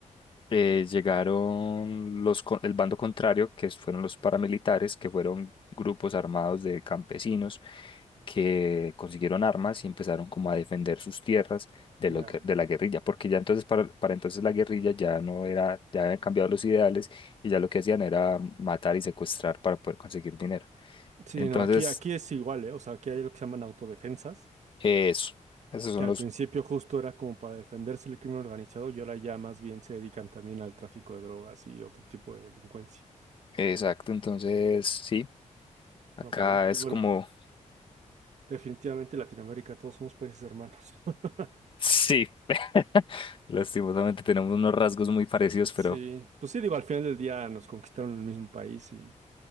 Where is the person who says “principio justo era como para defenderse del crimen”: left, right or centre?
Right